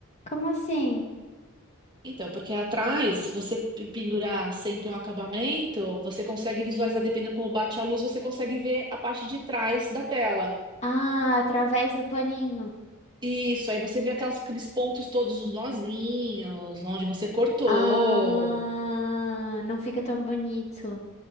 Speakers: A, on the left; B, on the right.
A: Como assim?
B: Então, porque atrás, se você pe- pendurar sempre um acabamento, você consegue visualizar, dependendo como bate a luz, você consegue ver a parte de trás da tela.
A: Ah, através do paninho.
B: Isso, aí você vê aquelas- aqueles pontos todos, os nozinhos, onde você cortou.
A: Ah, não fica tão bonito.